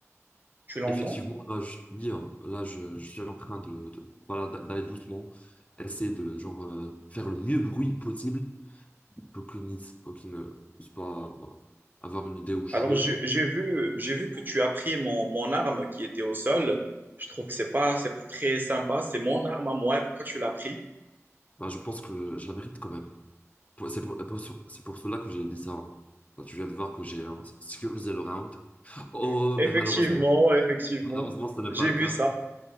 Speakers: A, on the right; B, on the left.
A: Tu l'entends?
B: effectivement, là, je, oui, hein, là, je, je suis en train de, de- voilà, d'a- d'aller doucement. Essayer de genre, euh, faire le mieux bruit possible pour qu'il n'y- pour qu'il ne puisse pas voilà, avoir une idée où je
A: Alors,
B: suis.
A: j'ai j'ai vu, j'ai vu que tu as pris mon, mon arme qui était au sol. Je trouve que c'est pas, c'est pas très sympa. C'est mon arme à moi. Pourquoi tu l'as pris?
B: Bah, je pense que je la mérite quand même. Pour- C'est pour, pour- c'est pour cela que j'ai dit ça. Tu viens de voir que j'ai euh, sécurisé le round. Oh,
A: <laughs> Effectivement,
B: mais malheureusement,
A: effectivement.
B: malheureusement, ce n'est
A: J'ai
B: pas le
A: vu
B: cas.
A: ça.